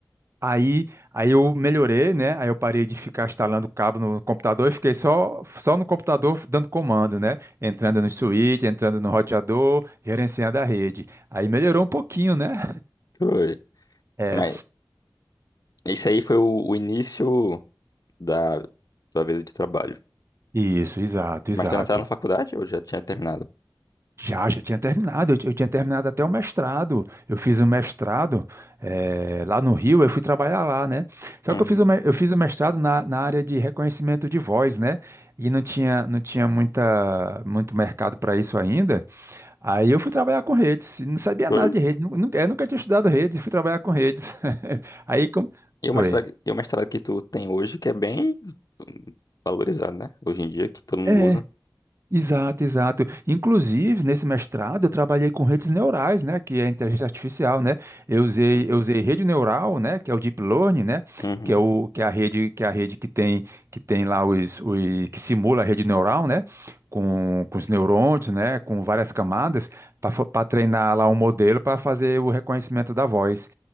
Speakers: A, on the right; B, on the left.
A: Aí, aí eu melhorei, né? Aí eu parei de ficar instalando cabo no computador e fiquei só, só no computador dando comando, né? Entrando no switch, entrando no roteador, gerenciando a rede. Aí melhorou um pouquinho, né?
B: Foi.
A: É,
B: Mas isso aí foi o, o início da tua vida de trabalho.
A: isso, exato, exato.
B: Mas tu ainda estava na faculdade ou já tinha terminado?
A: Já, já tinha terminado, eu, ti- eu tinha terminado até o mestrado. Eu fiz o mestrado eh, lá no Rio, eu fui trabalhar lá, né? Só
B: Uhum.
A: que eu fiz o, me- eu fiz o mestrado na, na área de reconhecimento de voz, né? E não tinha, não tinha muita, muito mercado para isso ainda. Aí eu fui trabalhar com redes, e não sabia
B: Foi?
A: nada de rede, nu- nunca, eu nunca tinha estudado redes, e fui trabalhar com redes. <laughs> Aí, com...
B: E o
A: Oi.
B: mestrado, e o mestrado que tu tem hoje, que é bem valorizado, né? Hoje em dia, que todo mundo
A: É,
B: usa.
A: Exato, exato. Inclusive, nesse mestrado, eu trabalhei com redes neurais, né, que é a inteligência artificial, né? Eu usei,
B: Então,
A: eu usei rede neural, né, que é o deep learning, né,
B: Uhum.
A: que é o que é a rede, que é a rede que tem que tem lá os, os que simula a rede neural, né, com, com os neurônios, né, com várias camadas para treinar lá um modelo para fazer o reconhecimento da voz